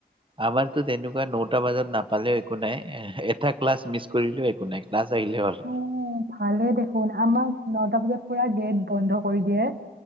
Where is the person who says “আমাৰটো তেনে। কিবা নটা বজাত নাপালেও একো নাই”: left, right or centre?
Right